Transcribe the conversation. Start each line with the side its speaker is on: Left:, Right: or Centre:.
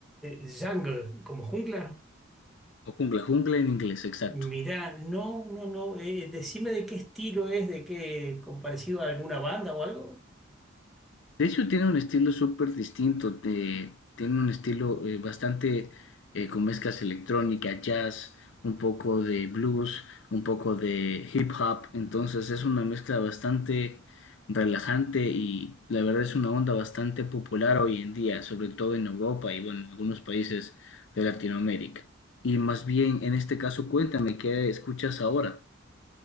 Centre: jungle, como jungla.
Left: O Jungla, Jungla en inglés, exacto.
Centre: Mirá, no, no, no. eh, decime de qué estilo es, de qué, con parecido a alguna banda o algo.
Left: De hecho, tiene un estilo súper distinto. te- tiene un estilo eh, bastante eh, con mezclas electrónica, jazz, un poco de blues, un poco de hip hop. Entonces es una mezcla bastante relajante y la verdad es una onda bastante popular hoy en día, sobre todo en Europa y bueno, en algunos países de Latinoamérica. Y más bien, en este caso, cuéntame qué escuchas ahora.